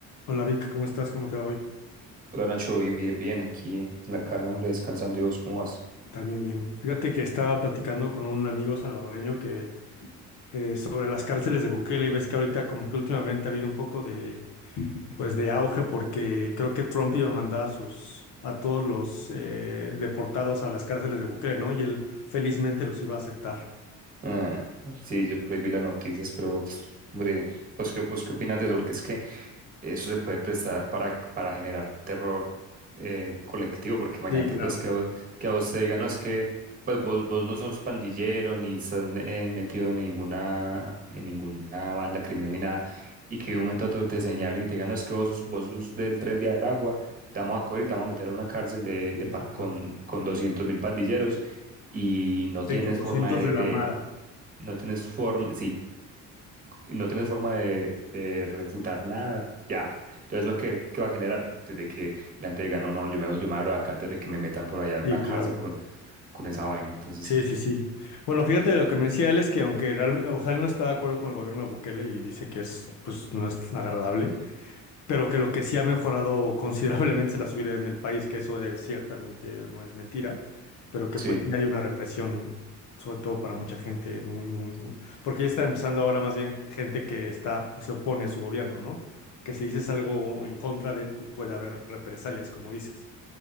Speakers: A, on the left; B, on the right.
A: Hola Vic, ¿cómo estás? ¿Cómo te va hoy?
B: Hola Nacho, bien, bien, bien, aquí en la casa, hombre, descansando y vos, ¿cómo vas?
A: También bien. Fíjate que estaba platicando con un amigo salvadoreño que eh, sobre las cárceles de Bukele y ves que ahorita como que últimamente ha habido un poco de pues de auge porque creo que Trump iba a mandar a sus a todos los eh, deportados a las cárceles de Bukele, ¿no? Y él felizmente los iba a aceptar.
B: Ah, sí, yo prohibí las noticias, pero, hombre, ¿vos qué, vos qué opinas de eso? Porque es que eso se puede prestar para, para generar terror eh, colectivo, porque imagínate
A: Sí, claro.
B: pues que, a vos- que a vos te digan, no, es que pues vos, vos no sos pandillero ni estás eh, metido en ninguna, en ninguna banda criminal ni nada, y que de un momento a otro te señalen y te digan, no, es que vos, sos- vos sos del Tren de Aragua, te vamos a coger y te vamos a meter a una cárcel de,
A: Sí,
B: de pa-
A: sí,
B: con,
A: sí.
B: con doscientos mil pandilleros y no
A: Sí,
B: tienes
A: con 200
B: forma de,
A: de la
B: de-
A: Mara.
B: de- no tienes forma, y no tienes forma de, de refutar nada, ya. Entonces, lo que, que va a generar desde que la gente diga, no, no, yo me, yo me abro de acá antes de que me metan por allá a
A: Sí,
B: una cárcel
A: claro.
B: con, con esa vaina. Entonces,
A: Sí, sí, sí. Bueno, fíjate, lo que me decía él es que aunque realmente, o sea, él no está de acuerdo con el gobierno de Bukele y dice que es, pues, no es agradable, pero que lo que sí ha mejorado considerablemente es la subida en el país, que eso es, ciertamente no es mentira, pero que
B: sí.
A: pues sí hay una represión, sobre todo para mucha gente, muy, muy, muy- porque ya está empezando ahora más bien gente que está o se opone a su gobierno, ¿no? Que si dices algo en contra de él, pues puede haber represalias, como dices.